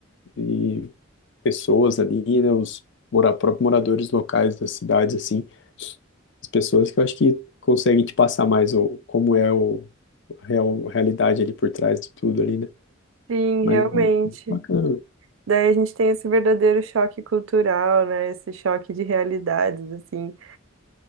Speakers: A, on the left; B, on the right.
A: e pessoas ali, né, os mora, próprios moradores locais das cidades, assim, as pessoas que eu acho que conseguem te passar mais o, como é o, a real, a realidade ali por trás de tudo ali, né?
B: Sim,
A: Mas
B: realmente.
A: muito bacana.
B: Daí a gente tem esse verdadeiro choque cultural, né? Esse choque de realidades, assim,